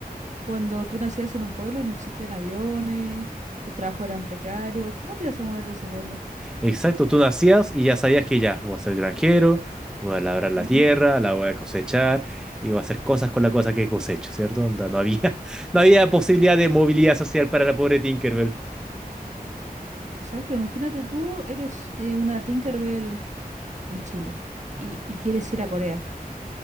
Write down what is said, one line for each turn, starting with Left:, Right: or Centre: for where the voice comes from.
Right: cuando tú nacías en un pueblo y no existían aviones, los trabajos eran precarios. ¿Cómo te ibas a mover de ese pueblo?
Centre: Exacto, tú nacías y ya sabías que ya, voy a ser granjero, voy a labrar la
Right: Ujú.
Centre: tierra, la voy a cosechar y voy a hacer cosas con la cosa que cosecho, ¿cierto? Onda, no había, <laughs> no había posibilidad de movilidad social para la pobre Tinkerbell.
Right: Exacto, imagínate tú eres eh, una Tinkerbell en Chile y, y quieres ir a Corea.